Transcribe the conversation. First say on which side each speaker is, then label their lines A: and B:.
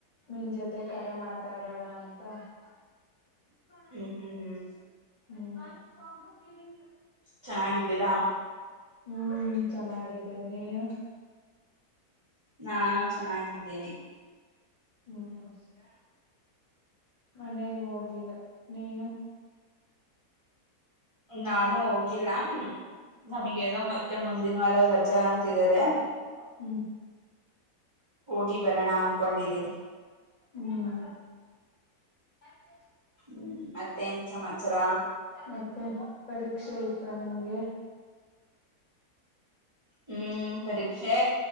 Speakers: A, on the left; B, on the right.
A: ನಿನ್ ಜೊತೆ ಕರೆ ಮಾತಾಡೋಣ ಅಂತ <unintelligible>
B: ಹ್ಮ್ ಹ್ಮ್ ಹ್ಮ್
A: ಹಂ <unintelligible>
B: ಚೆನ್ನಾಗಿದ್ದೀರಾ?
A: ಹ್ಮ್ ಚೆನ್ನಾಗಿದ್ದಿನಿ ನೀವು?
B: ನಾನು ಚೆನ್ನಾಗಿದ್ದಿನಿ.
A: ಹ್ಮ್ ಮನೆಗ ಹೋಗಿಲ್ಲ ನೀನು?
B: ನಾನು ಹೋಗಿಲ್ಲಾ ಹಂ ನಮಗೆನ ಮತ್ತೆ ಮುಂದಿನ ವಾರ ರಜಾ ಅಂತಿದಿದ್ದಾರೆ.
A: ಹ್ಮ್
B: ಹೋಗಿ ಬರಣ ಅನ್ಕೊಂಡಿದ್ದೀನಿ.
A: ಹ್ಮ್ <unintelligible>
B: ಹ್ಮ್ ಮತ್ತೆನ್ ಸಮಾಚಾರ?
A: ಮತ್ತೆ ಪರೀಕ್ಷೆ ಇತ್ತ ನಿಮ್ಗೆ?
B: ಹ್ಮ್ ಪರೀಕ್ಷೆ